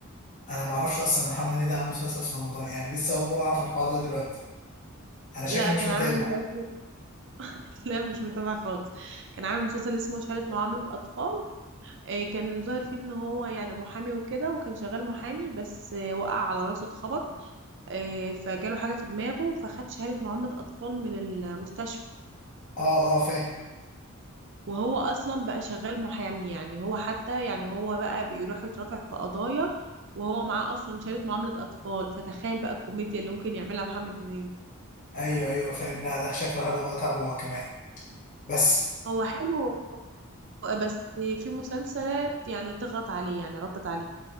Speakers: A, on the left; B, on the right.
A: انا ما اعرفش اصلا إن محمد هنيدي عامل مسلسل في رمضان يعني لسه اول مره اعرف الحوار ده دلوقتي انا شكلي
B: لا
A: مش
B: كان
A: متابع
B: عامل مسلسل <laughs> لا مش متابعة خالص كان عامل مسلسل اسمه شهادة معاملة أطفال آه، كان ظاهر فيه إن هو يعني محامي وكده وكان شغال محامي بس آه، وقع على راسه اتخبط آه، فجاله حاجة في دماغه فخد شهادة معاملة أطفال من المستشفى
A: اه اه فاهم
B: وهو أصلا بقى شغال محامي يعني هو حتى يعني هو بقى بيروح يترافع في قضايا وهو معاه أصلا شهادة معاملة أطفال فتخيل بقى الكوميديا اللي ممكن يعملها محمد هنيدي
A: ايوه ايوه فاهم لا ده شكله حلو هو تابعه هو كمان بس
B: هو حلو بس في مسلسلات يعني تغط عليه يعني غطت عليه